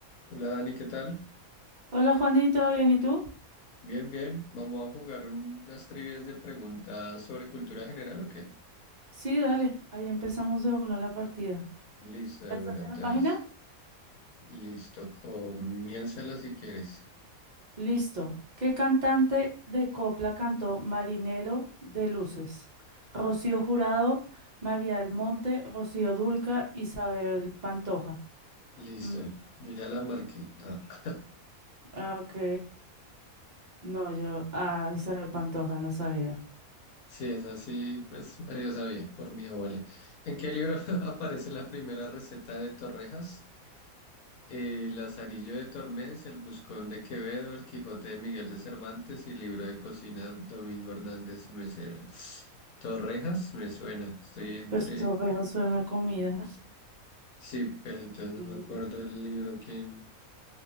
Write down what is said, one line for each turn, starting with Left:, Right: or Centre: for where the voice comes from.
Left: Hola Dani, ¿qué tal?
Right: Hola Juanito, ¿todo ¿bien y tú?
Left: Bien, bien. Vamos a jugar un- unas trivias de preguntas sobre cultura general ¿o qué?
Right: Sí, dale, ahí empezamos de una la partida.
Left: Listo,
Right: ¿Ya
Left: de
Right: estás
Left: una. Entonces,
Right: en la página?
Left: listo. Comiénzala si quieres.
Right: Listo. ¿Qué cantante de copla cantó Marinero de Luces? Rocío Jurado, María del Monte, Rocío Dulca, Isabel Pantoja.
Left: Listo.
Right: Mm,
Left: Yo ya la marqué. Ah. <laughs>
Right: ah, ok. No, yo, ah, Isabel Pantoja, no sabía.
Left: Sí, es así, pues medio sabía por mi abuela. ¿En qué libro <laughs> aparece la primera receta de torrejas? Eh, Lazarillo de Tormes, El Buscón de Quevedo, El Quijote de Miguel de Cervantes y Libro de Cocina, Domingo Hernández y Mesera. Torrejas, me suena, estoy entre...
Right: Pues todo suena a comida.
Left: Sí, pero entonces no
Right: Mm,
Left: me acuerdo el libro quién...